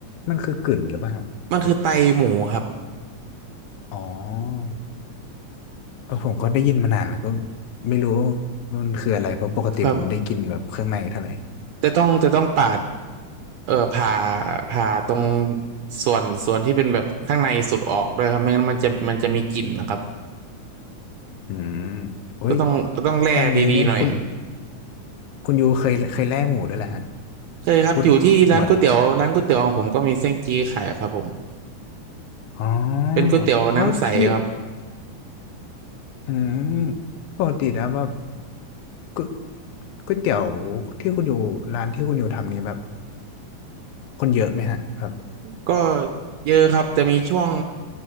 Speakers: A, on the left (about 75°); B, on the right (about 70°).
A: มันคือกึ่นหรือเปล่าฮะหรือ
B: มันคือไตหมูครับ
A: อ๋อเออผมก็ได้ยินมานานแล้วก็ไม่รู้มันคืออะไรเพราะปกติผมไม่ได้กินแบบเครื่องในเท่าไหร่
B: ครับจะต้องจะต้องปาดเออผ่าผ่าตรงส่วนส่วนที่เป็นแบบข้างในสุดออกด้วยครับไม่งั้นมันจะมันจะมีกลิ่นนะครับ
A: อืมโอ้ย
B: ก็ต้องก็ต้องแล่ดีๆหน่อย
A: ถ้างี้เนี่ยคุณคุณยูเคยเคยแล่หมูด้วยเหรอฮะ
B: เคยครับอยู่ที่ร้านก๋วยเตี๋ยวร้านก๋วยเตี๋ยวของผมก็มีเส้นจี้ขายครับผม
A: พูดเหมือนอ๋อ
B: เป็นก๋วยเตี๋ยวน้ำใสครับ
A: แล้วที่อืมปกติแล้วแบบก๋วยก๋วยเตี๋ยวที่คุณอยู่ร้านที่คุณอยู่ทำนี้แบบคนเยอะไหมฮะแบบ
B: ก็เยอะครับจะมีช่วง